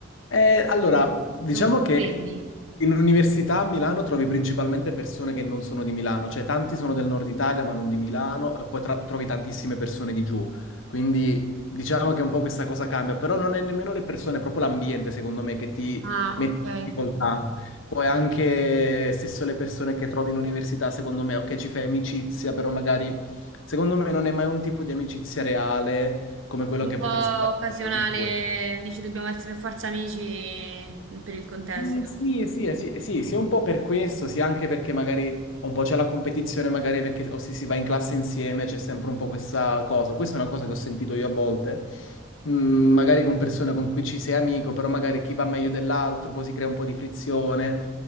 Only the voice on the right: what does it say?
sono un po'
freddi.
Ah,
ok.
Un
po'
occasionale,
dici dobbiamo essere per forza amici per il contesto.